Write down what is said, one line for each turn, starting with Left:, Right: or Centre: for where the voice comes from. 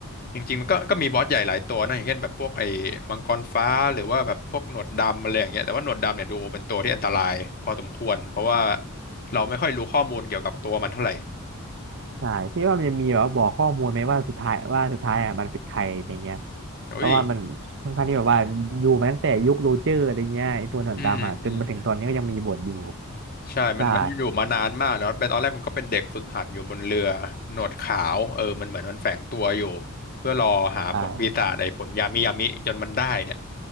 Left: จริงๆมันก็ก็มีบอสใหญ่หลายตัวนะอย่างเช่นแบบพวกไอ้มังกรฟ้าหรือว่าแบบพวกหนวดดำอะไรอย่างเงี้ยแต่ว่าหนวดดำเนี่ยดูเป็นตัวที่อันตรายพอสมควรเพราะว่าเราไม่ค่อยรู้ข้อมูลเกี่ยวกับตัวมันเท่าไหร่
Right: ใช่พี่ว่ามันจะมีแบบว่าบอกข้อมูลไหมว่าสุดท้ายว่าสุดท้ายอ่ะมันเป็นใครอะไรเงี้ย
Left: เฮ้ย
Right: เพราะว่ามันค่อนข้างที่แบบว่าอยู่มาตั้งแต่ยุคโรเจอร์อะไรเงี้ยไอตัวหนอนดำอ่ะจนมาถึงตอนนี้ก็ยังมีบทอยู่
Left: อืมอืม ใช่มันมันอยู่มานานมากเนาะเป็นตอนแรกมันก็เป็นเด็กฝึกหัดอยู่บนเรือหนวดขาวเออมันเหมือนมันแฝงตัวอยู่เพื่อรอหาผลปีศาจไอ้ผลยามิยามิจนมันได้เนี่ย
Right: ใช่ใช่